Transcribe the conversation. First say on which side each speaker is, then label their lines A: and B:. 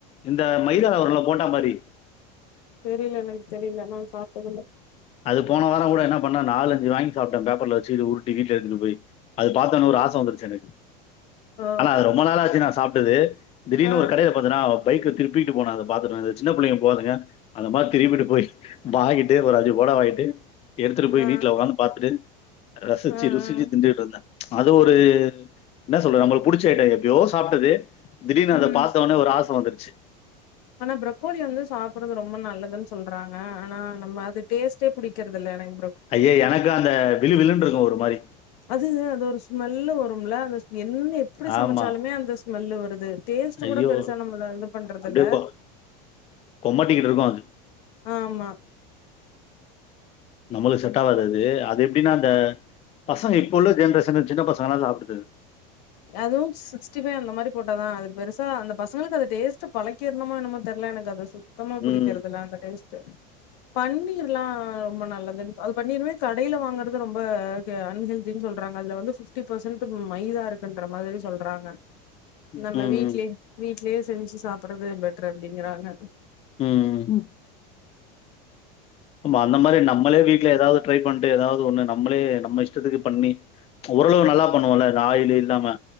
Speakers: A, on the left (about 30°); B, on the left (about 70°).
A: இந்த மைதாவருல போண்டா மாரி
B: தெரில எனக்கு தெரில நா சாப்ட்டதில்ல
A: அது போன வாரங்கூட என்ன பண்ண நாலஞ்சு வாங்கி சாப்ட பேப்பர்ல வச்சுகிட்டு உருட்டிகிர் டி எடுத்துட்டு போய் அது பார்த்தன ஒரு ஆச ஆ வந்திருச்சு சென்னை
B: ஓ!
A: ஆனா அது ரொம்ப நாளாச்சு நா சாப் ட்டது திடிர்னு
B: ஆ,
A: ஒரு கடையில பாத்தனா பைக்க திருப்பிட்டு போன அத பாத்துட்டு வந்து சின்ன புள்ளைங்க போவாதுங்க அந்த மாரி திரும்பிட்டு போயி வாங்கிட்டு ஒரு அஞ் பொடவ வாங்கிட்டு எடுத்துட்டு போயி
B: ஆ,
A: வீட்ல ஒக்காந்து பாத்துட்டு ரசிச்சு
B: ஆ,
A: ருசிச்சு
B: ஆ.
A: திண்டறுத்துதா அது ஒரு என்ன சொல்ல நம்மளுக்கு புடிச்ச ஐட்டோ எப்பயோ சாப்ட்டது திடீர்னு அத
B: ம்.
A: பாத்த ஒடனே ஒரு ஆச வந்துரு ச்சு
B: ஆனா ப்ரோக்கோலி வந்து சாப்பறது ரொம்ப நல்லதுன்னு சொல்றாங்க ஆனா நம்ம அது டேஸ்ட்டே புடிக் விக்கருத்தில்ல ஆனா எனக்
A: ஐய்யய்யே எனக்கு அந்த விழு விழுன்றது ஒரு மாரி
B: அது அது ஒரு ஸ்மெல்லு வரும்ல அந்த ஸ் என்ன எப்பிடி சமச்சாலுமே
A: ஆமா.
B: அந்த ஸ் ஸ்மெல்லு வருது டேஸ்ட்டு
A: ஐயோ!
B: கூட பெருசா நம்மள இது பண்றதில்ல.
A: அப்படியே கொ கொமட்டிக்கிட்டு இருக்கு அது
B: ஆமா
A: நம்மள்க்கு செட்டாவாது அது. அது எப்டீனா அந்த பசங்க இப்ப உள்ள ஜென்ரேஷனு சின்ன பசங்கெல்லா சாப்ட்ருது
B: அதுவு சிக்ஸ்டி ஃபை அந்த மாரி போட்டாதா. அதுக்கு பெருசா அந்த பசங்களுக்கு அத டேஸ்ட் பழக்கீர்ணுமோ என்னமோ தெர்ல எனக்கு அது சுத் த்தமா புடிக்கறதில்ல
A: ம்.
B: அந்த டேஸ் ட்டு பன்னீர்லா ரொம்ப நல்லதுனு. அது பன்னீர்மே கடைல வாங்கறது ரொம்ப கெ அன்ஹெல்தீனு சொல்றாங்க. அதுல வந்து ஃபிஃப்டீ பர்சன்டு மைதா இருக் குன்ற மாதிரி சொல்றாங்க.
A: ம்,
B: நம்ம
A: ம்.
B: வீட்லே வீட்லே செஞ்சி சாப்புட்றது பெட்ரு அப்டீங்றாங்க.
A: ம்ம் ஆமா அந்த மாரி நம்மளே வீ ட்ல ஏதாவது ட்ரை பண்ணிட்டு ஏதாவது ஒண்ணு நம்மளே நம்ம இஷ்டத்துக்கு பண்ணி ஓரளவு நல்லா பண்ணுவோம்ல்ல இந்த ஆயிலு இல்லாம